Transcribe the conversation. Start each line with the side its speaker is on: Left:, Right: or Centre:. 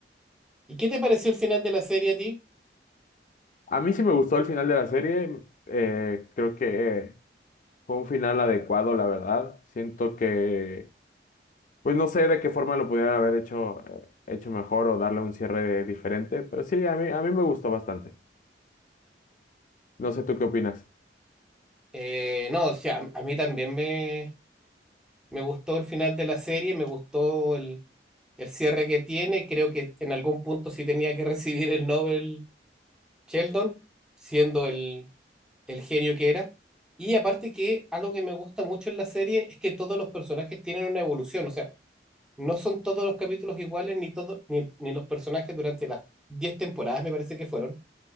Centre: ¿Y qué te pareció el final de la serie a ti?
Left: A mí sí me gustó el final de la serie. eh, creo que eh, fue un final adecuado, la verdad. Siento que, pues no sé de qué forma lo pudieran haber hecho, eh, hecho mejor o darle un cierre diferente, pero sí, a mí, a mí me gustó bastante. No sé tú qué opinas.
Centre: Eh, no, o sea, a, a mí también me, me gustó el final de la serie, me gustó el, el cierre que tiene. Creo que en algún punto sí tenía que <laughs> recibir el Nobel Sheldon, siendo el el genio que era. Y aparte que algo que me gusta mucho en la serie es que todos los personajes tienen una evolución, o sea, no son todos los capítulos iguales, ni todos, ni, ni los personajes durante las 10 temporadas, me parece que fueron,